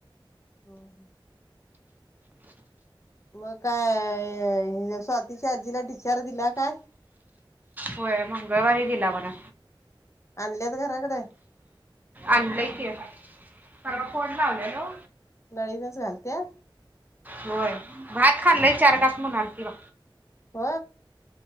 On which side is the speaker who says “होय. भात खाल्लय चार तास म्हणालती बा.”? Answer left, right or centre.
Right